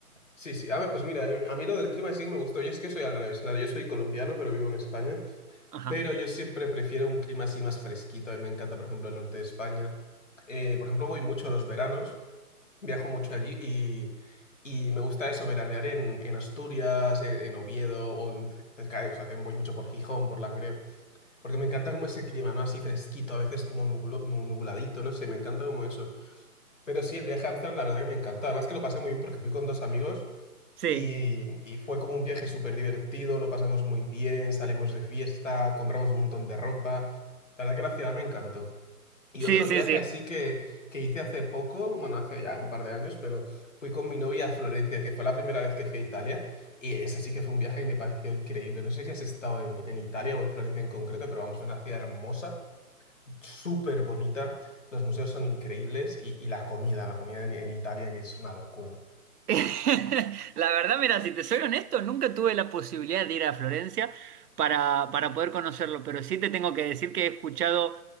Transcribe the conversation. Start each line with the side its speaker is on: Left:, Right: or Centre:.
Left: sí, sí. A ver, pues mira, yo- a mí lo del clima sí me gustó. Yo es que soy al revés. o sea, Yo soy colombiano, pero vivo en España.
Right: Ajá.
Left: pero yo siempre prefiero un clima así más fresquito. A mí me encanta, por ejemplo, el norte de España. Eh, por ejemplo, voy mucho los veranos, viajo mucho allí y, y me gusta eso, veranear en, en Asturias, en, en Oviedo o en ce- cerca de, o sea, también voy mucho por Gijón, por Langreo, porque me encanta como ese clima, ¿no? Así fresquito, a veces como nublo- nu- nubladito, no sé, me encanta como eso. Pero sí, el viaje a Ámsterdam, la verdad que me encantó Además que lo pasé muy bien porque fui con dos amigos
Right: Sí,
Left: y, y fue como un viaje súper divertido, lo pasamos muy bien, salimos de fiesta, compramos un montón de ropa. La verdad que la ciudad me encantó. Y
Right: sí,
Left: otro
Right: sí,
Left: viaje
Right: sí.
Left: así que, que hice hace poco, bueno, hace ya un par de años, pero fui con mi novia a Florencia, que fue la primera vez que fui a Italia. Y ese sí que fue un viaje que me pareció increíble. No sé si has estado en, en Italia o en Florencia en concreto, pero vamos, es una ciudad hermosa súper bonita, los museos son increíbles y, y la comida, la comida en, en Italia que es una locura.
Right: <laughs> La verdad, mira, si te soy honesto, nunca tuve la posibilidad de ir a Florencia para, para poder conocerlo, pero sí te tengo que decir que he escuchado